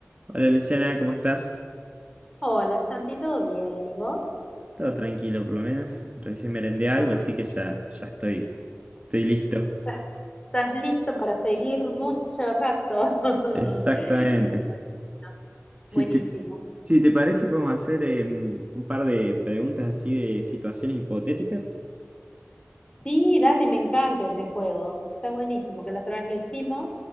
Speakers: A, on the right; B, on the left.
A: Hola Luciana, ¿cómo estás?
B: Hola Santi, ¿todo bien? ¿Y vos?
A: Todo tranquilo por lo menos. Recién merendé algo,
B: Ah,
A: así que ya, ya estoy, estoy listo.
B: ¿Ya estás listo para seguir mucho rato? <laughs>
A: Exactamente.
B: bueno.
A: Si
B: Buenísimo.
A: te, si te parece, podemos hacer eh, un par de preguntas así de situaciones hipotéticas.
B: Sí, dale, me encanta ese juego. Está buenísimo, que la otra vez lo hicimos.